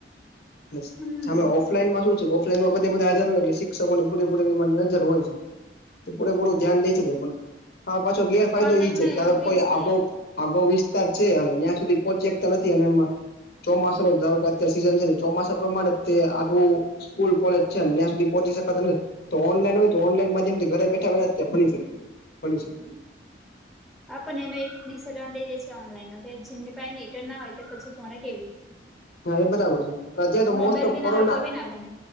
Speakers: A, on the left; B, in the centre.
A: નમ
B: હમ
A: <unintelligible> સામે ઓફલાઈનમાંું છે ઓફલાઈનમાંધા બધા હજર હોય એટલેિક્ષકોની પૂરી પૂરી નજર હોય છે. તે પૂરેપૂરું ધ્યાન દઈ શકેય, પણ હા પાછો ગેરફાયદો
B: ઓનલાઈનમાં
A: એ છે ધ
B: એવું બી
A: કોઈ
B: છે.
A: આગો આગો વિસ્તાર છે અને ત્યાં સુધી પહોંચી શકતા નથી અને એમાં, ચોમાસા ન ધાર સીઝન છે ચોમાસા પ્રમાણે તે આું સ્કૂલ કોલેજ છે ત્યાં સુધી પહોચી શકને. તો ઓનલાઈન હોય તો ઓનલાઈન માધ્યમથી ઘરે બેઠા અ્યા ભણી શકીએ ભ શકે.
B: હા પણ એનો એક ડિસએડવાન્ટેજ એ છે ઓનલાઈન ન કે જેમની પાસે ને રીટર્ન ના હોય તો પછી ભોણા કેવી રીતે.
A: હા એ બરાબર છે અત તો
B: મોબાઈલ
A: મોસ્ટ ઓફ
B: બી
A: કોરોના.
B: ના હોય તો બી ના ભણે